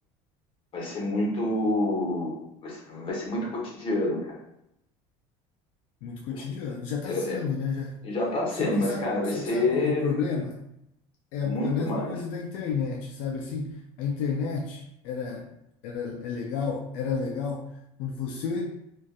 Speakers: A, on the left (about 35°); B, on the left (about 70°).
A: vai ser muito, vai ser, vai ser muito cotidiano, cara.
B: muito cotidiano.
A: Vai ser-
B: Já está
A: é-
B: sendo,
A: é-
B: né? Já...
A: já está sendo,
B: Só que
A: mas,
B: sabe,
A: cara, vai
B: só
A: ser
B: que sabe qual que é o problema? É
A: muito
B: a mu- a mesma
A: mais.
B: coisa da internet, sabe assim? A internet era, era é legal, era legal quando você